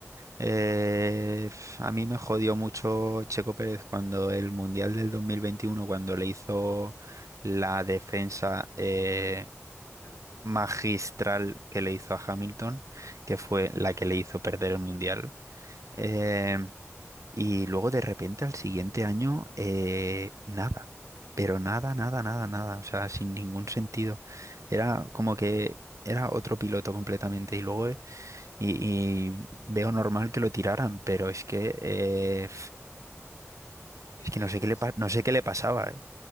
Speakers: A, on the right (about 80°); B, on the left (about 75°).
A: eh, f- a mí me jodió mucho Checo Pérez cuando el Mundial del 2021 cuando le hizo la defensa eh,
B: Hamilton.
A: magistral que le hizo a Hamilton, que fue la que le hizo perder el Mundial.
B: Ajá.
A: eh, Y luego de repente al siguiente año, eh, nada, pero nada, nada, nada, nada, o sea, sin ningún sentido. Era como que era otro piloto completamente y luego eh, y, y veo normal que lo tiraran, pero es que eh,
B: Que
A: es que
B: claro,
A: no sé qué le pa-
B: s-
A: no sé qué le pasaba, ¿eh?